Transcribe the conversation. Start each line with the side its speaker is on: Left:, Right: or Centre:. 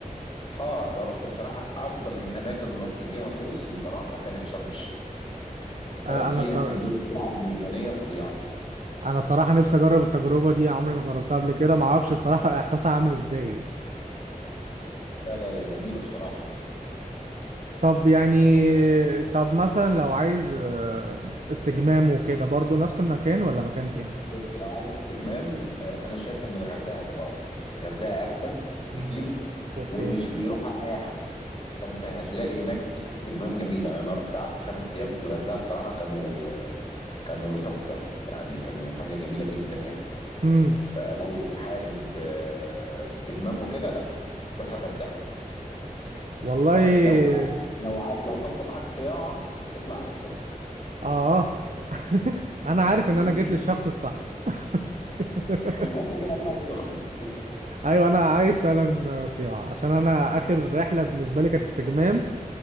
Left: آه، انا رحت بصراحه افضل اماكن رحت فيها غوص بصراحه كانت شرم الشيخ
Right: آه،
Left: آه، فيها
Right: انا الصرا-
Left: كمية شعاب مرجانية فظيعة
Right: انا الصراحه نفسي اجرب التجربه دي عمري ما جربتها قبل كده ما اعرفش الصراحه <laughs> احساسها عامل ازاي
Left: لا لا هي جميلة بصراحة
Right: طب يعني طب مثلا لو عايز آه، استجمام وكده برضو نفس المكان ولا مكان تاني
Left: بص لو عايز استجمام آه، أنا شايف إن الغردقة هتبقى أفضل الغردقة أهدى بكتير
Right: مم. اوكي
Left: ومش بيروحها أي حد فأنت هتلاقي هناك استجمام جميل يعني أنا رحت قعدت خمس أيام في الغردقة بصراحة كانوا آه، كانوا تحفة يعني كانوا حاجة جميلة جدا يعني
Right: امم
Left: فلو حابب آه، استجمام وكده لا روح الغردقة
Right: والله
Left: وصل لك لو بقى لو ع- لو طالبة معاك صياعة اطلع على السخنة
Right: اه <laughs> انا عارف ان
Left: <laughs>
Right: انا جيت للشخص الصح <laughs>
Left: في مصر كده طلعت سخنه
Right: ايوه انا عايز فعلا سيوة عشان انا اخر رحله بالنسبه لي كانت استجمام